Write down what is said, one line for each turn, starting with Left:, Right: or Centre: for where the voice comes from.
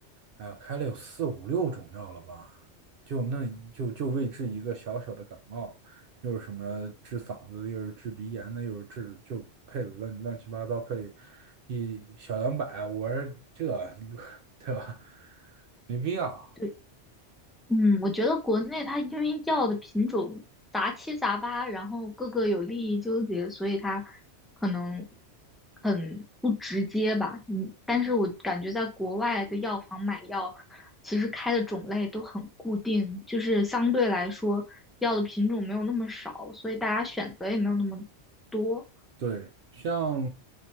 Right: 啊、开了有四五六种药了吧，就那就就为治一个小小的感冒。又是什么治嗓子又是治鼻炎的，又是治就配的乱乱七八糟，配了一小两百，我说这对吧？没必要。
Centre: 对。嗯，我觉得国内它因为药的品种杂七杂八，然后各个有利益纠结，所以它可能很不直接吧。嗯，但是我感觉在国外的药房买药，其实开的种类都很固定，就是相对来说药的品种没有那么少，所以大家选择也没有那么多。
Right: 对，像